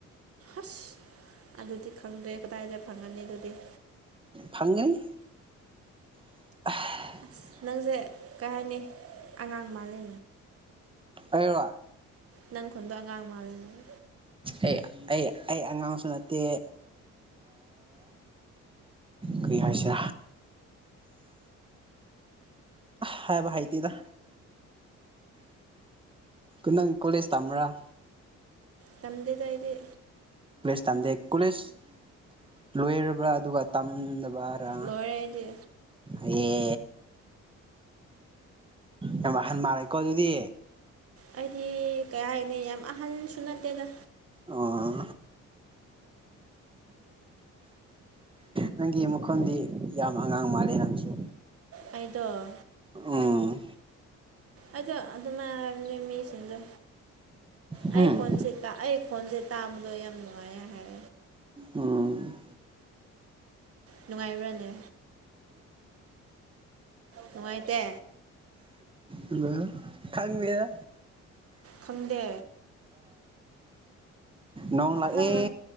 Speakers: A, on the right (about 50°); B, on the right (about 15°).
A: ꯑꯁ ꯑꯗꯨꯗꯤ ꯈꯪꯗ꯭ꯔꯦ ꯀꯗꯥꯏꯗ ꯐꯪꯉꯅꯤ ꯑꯗꯨꯗꯤ
B: ꯐꯪꯅꯤ <inaudible> <unintelligible>
A: ꯑꯁ ꯅꯪꯁꯦ ꯀꯩ ꯍꯥꯏꯅꯤ ꯑꯉꯥꯡ ꯃꯥꯜꯂꯤ
B: ꯑꯩꯔ ꯋꯥ
A: ꯅꯪ ꯈꯨꯗꯣ ꯑꯉꯥꯡ ꯃꯥꯜꯜꯂꯤꯅꯦ
B: ꯑꯩ ꯑꯩ ꯑꯩ ꯑꯉꯥꯡꯁꯨ ꯅꯠꯇꯦ ꯀꯔꯤ ꯍꯥꯏꯁꯦ ꯍꯥꯏꯦꯕ ꯍꯥꯏꯇꯗ ꯀꯅꯥꯪ ꯀꯣꯂꯦꯖ ꯇ꯭ꯔ
A: ꯇꯝꯗꯦꯗꯏꯗ
B: ꯦ ꯀꯣꯂꯦꯖ ꯂꯣꯏꯔꯕ꯭ꯔꯥ ꯑꯗꯨꯒ ꯔꯥ
A: ꯂꯣꯏꯔꯦ ꯑꯩꯗꯤ
B: ꯑꯦ ꯌꯥꯝ ꯑꯍꯟ ꯃꯥꯜꯂꯦꯀꯣ ꯑꯗꯨꯗꯤ
A: ꯑꯩꯗꯤ ꯀꯩ ꯍꯥꯏꯅꯤ ꯌꯥꯝ ꯑꯍꯟꯁꯨ ꯅꯠꯇꯦꯗ
B: ꯑꯣ ꯅꯪꯒꯤ ꯃꯈꯣꯟꯗꯤ ꯌꯥꯝ ꯑꯉꯥꯡ ꯃꯥꯜꯂꯤꯦ ꯅꯪꯁꯨ
A: ꯑꯩꯗꯣ
B: ꯑ
A: ꯑꯆꯥ ꯑꯗꯨꯃꯥꯏ ꯍꯥꯏꯕꯅꯤ ꯃꯤꯁꯤꯡꯗꯣ
B: ꯍꯝ
A: ꯑꯩ ꯐꯣꯟꯁꯦ ꯑꯩ ꯐꯣꯟꯁꯦ ꯇꯥꯕꯗ ꯣ ꯌꯥꯝ ꯃꯅꯨꯡꯉꯌꯥ ꯍꯥꯏ
B: ꯎꯝ
A: ꯅꯨꯡꯉꯥꯏꯕ꯭ꯔꯥꯅꯦ ꯅꯨꯡꯉꯥꯏꯇ
B: ꯑ ꯈꯪꯒꯦꯔ
A: ꯐꯝꯗꯦ
B: ꯅꯣꯡ ꯂꯥꯛ
A: ꯅꯪꯅ
B: ꯑꯦ